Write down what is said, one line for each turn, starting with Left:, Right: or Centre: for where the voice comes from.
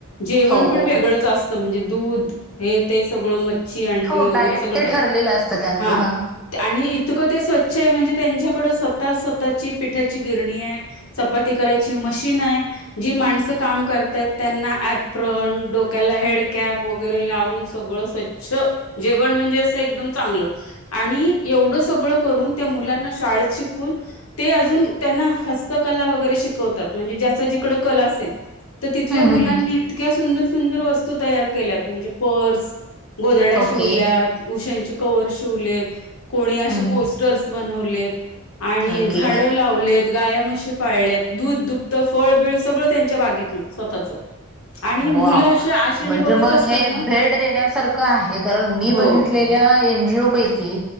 Left: जेवण
Centre: हो
Left: पण
Centre: हो
Left: वेगळंच असतं. म्हणजे दूध हे ते सगळं मच्छी अंडी
Centre: हो
Left: वगैरे-
Centre: डायट
Left: सगळं.
Centre: ते ठरलेलं असतं त्यांचं
Left: हा.
Centre: ह हम्म
Left: आणि इतकं ते स्वच्छ आहे. म्हणजे त्यांच्याकडं स्वतः स्वतःची पिठाची गिरणी आहे. चपाती करायची मशीन आहे. जी माणसं काम करतायत त्यांना ऍपरन, डोक्याला हेडकॅप वगैरे लावून सगळं स्वच्छ - च्छ. -वण म्हणजे अस एकदम चांगलं. आणि एवढं सगळं करून त्या मुलांना शाळेत शिकून- ते अजून त्यांना हस्तकला वगैरे शिकवतात म्हणजे ज्याचा जिकड कल असेल- तर तिथल्या मुलांनी
Centre: हम्म हम्म.
Left: इतक्या सुंदर सुंदर वस्तू तयार केल्यात म्हणजे पर्स- गोधड्या
Centre: ओके
Left: शिवल्यात. उशांचे कव्हर शिवलेत. कोणी असे
Centre: हम्म हम्म.
Left: पोस- स्टर बनवलेत. आणि
Centre: ओके
Left: झाड - लावलेत. गाया म्हशी पाळल्यात दूध दुभत फळबिळ सगळं त्यांच्या बागेतलं स्वतःच. आणि मुलं
Centre: वाव!
Left: अशी आशेने
Centre: म्हणजे
Left: बघत
Centre: मग
Left: असतात
Centre: हे
Left: ना
Centre: भेट देण्यासारखं- आहे. कारण मी बघितलेल्या
Left: हो
Centre: एन जी ओ पैकी